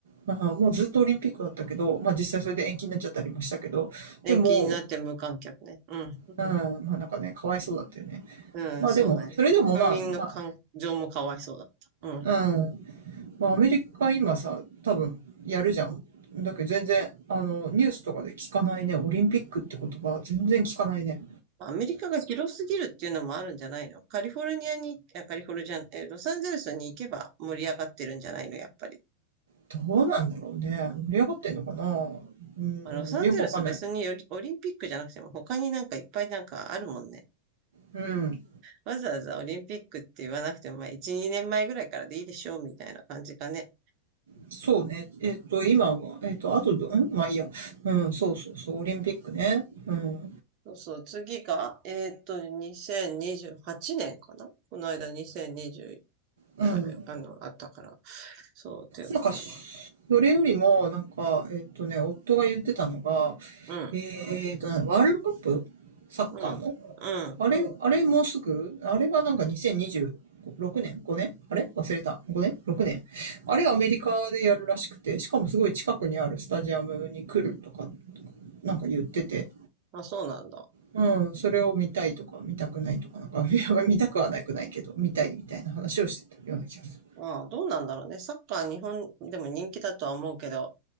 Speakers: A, on the right; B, on the right.
A: まあ、もうずっとオリンピックだったけど、まあ実際それで延期になっちゃったりもしたけど、
B: うん。延期になって無観客ね。
A: でも、うん、
B: うん。
A: まあなんかね、かわいそうだったよね。
B: うん、
A: まあでも、
B: そうだね。
A: それでもまあ、
B: 国民の感情もかわいそうだった。
A: まあ、
B: うん。
A: うん。まあアメリカ今さ、多分やるじゃん。だけど全然、あの、ニュースとかで聞かないね。オリンピックって言葉全然聞かないね。
B: アメリカが広すぎるっていうのもあるんじゃないのカリフォルニアに、いやカリフォルニア、えー、ロサンゼルスに行けば盛り上がってるんじゃないの、やっぱり。
A: どうなんだろうね。盛り上がってんのかなうん、
B: まあロサンゼルス別によりオリンピックじゃなくても他になんかいっぱいなんかあるもんね。
A: よくわかんない。うん。
B: わざわざオリンピックって言わなくても、まあ1、2年前ぐらいからでいいでしょうみたいな感じかね。
A: そうね。えっ、と、今が、えっ、と、あとど、んまあいいや。うん、そうそうそう、オリンピックね。うん。
B: そうそう、次が、えーっと、2028年かなこの間2020、
A: うん。
B: ある、あの、あったから。そう、ていうかな。
A: なんか、それよりも、なんか、えっとね、夫が言ってたのが、
B: うん、
A: えっとね、ワールドカップサッカーの
B: うん、うん。
A: あれ、あれもうすぐあれがなんか2026年 ?5 年あれ忘れた。5年 ?6 年あれアメリカでやるらしくて、しかもすごい近くにあるスタジアムに来るとか、なんか言ってて、
B: あ、そうなんだ。
A: うん、それを見たいとか、見たくないとか、なんか、<laughs> いや見たくはなくないけど、見たいみたいな話をしてたような気がす
B: まあ、どうなんだろうね。サッカー日本でも人気だとは思うけど、